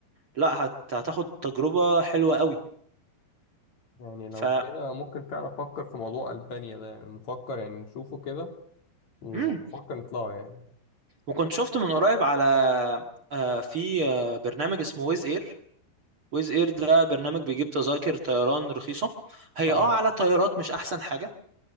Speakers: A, on the right (about 40°); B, on the left (about 45°).
A: لا هت... هتاخد تجربة حلوة قوي
B: يعني لو
A: ف
B: كده ممكن فعلا أفكر في موضوع ألبانيا ده يعني نفكر يعني نشوفه كده ونفكر
A: مم.
B: نطلعه يعني
A: وكنت شفت من قريب على آه، في آه، برنامج اسمه ويز اير ويز اير ده برنامج بيجيب تذاكر طيران رخيصة هي
B: اه
A: اه على طيارات مش احسن حاجة